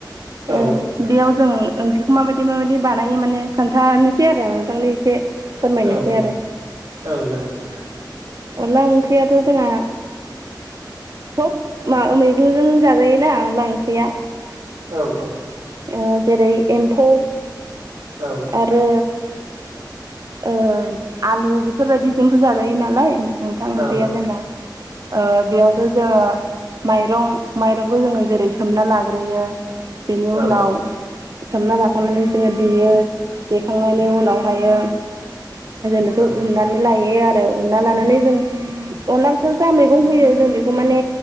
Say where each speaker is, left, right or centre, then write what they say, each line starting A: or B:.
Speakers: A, on the right (about 85°); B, on the right (about 50°).
A: औ
B: ओ बेयाव‌ जों ओंख्रिखौ माबायदि माबायदि बानायो माने खोनथानोसै आरो नोंथांनो एसे फोरमायनोसै
A: औ औ
B: आरो
A: औ जागोन दे नोंथां
B: अनला ओंख्रियाथ' जोंहा सब मा मैगंजों जाजायो ना अनला ओंख्रिया
A: औ औ
B: ओ जेरै एम्फौ
A: औ
B: आरो ओ आलु बेफोरबायदिजोंथ' जाजायो नालाय नोंथां ओंख्रिया
A: औ
B: जोंना ओ बेयावथ' जोङो माइरं माइरं बो जोङो जेरै सोमना लाग्रोयो बेनि
A: औ
B: उनाव सोमना लाखांनानै जोङो देयो देखांनायनि उनावहायो बेखौ
A: औ
B: उननानै लायो आरो उनना लानानै जों अनला ओंख्रिया जा मैगं होयो जों बेखौ माने